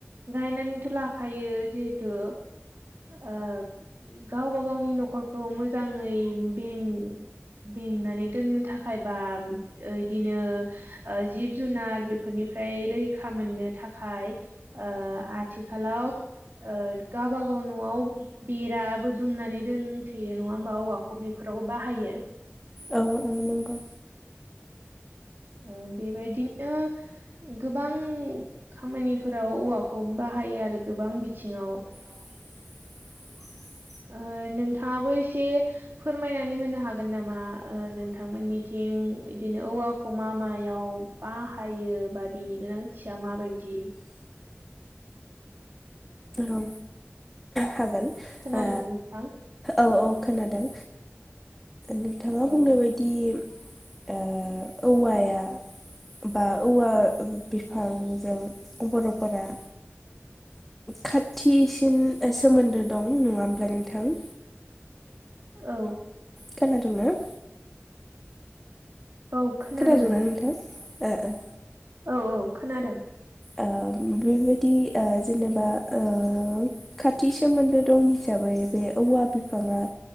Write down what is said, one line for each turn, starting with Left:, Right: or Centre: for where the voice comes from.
Right: गायनानैथ' लाखायो जिहेथु ओ गावबा गावनि न'खरखौ मोजाङै बेें बेंनानै दोननो थाखाय बा इदिनो जिब जुनार बेफोरनिफ्राय रैखा मोननो थाखाय ओ आथिखालाव ओ गाबा गाव औ न'आव बेराबो दुमनानै दोनथेयो नङा होमबा औवाखौ बेफोरावबो बाहायो
Centre: औ औ नंगौ
Right: ओ बेबायदिनो गोबां खामानिफोराव औवाखौ बाहायो आरो गोबां बिथिङाव
Centre: <unintelligible>
Right: ओ नोंथाङाबो एसे फोरमायनानै होनो हागोन नामा ओ नोंथांमोननिथिं बिदिनो औवा खौ मा मायाव बाहायो बा बिनि गोनांथिया माबायदि?
Centre: औ हागोन
Right: खोनादोंना
Centre: ओ
Right: नोंथां?
Centre: औ औ खोनादों नोंथाङा
Right: औ
Centre: बुंनाय बायदि
Right: दे
Centre: ओ औवाया बा औवा बिफांजों बर'फोरा खाथिसिन सोमोन्दो दं नङा होमब्ला नोंथां?
Right: औ
Centre: खोनादोंंना?
Right: औ खोनादों
Centre: खोनादोंंना नोंथां? ओ-ओ।
Right: औ-औ खोनादों।
Centre: ओ बेबायदि ओ जेनेबा ओ खाथि सोमोन्दो दं हिसाबै बे औवा बिफाङा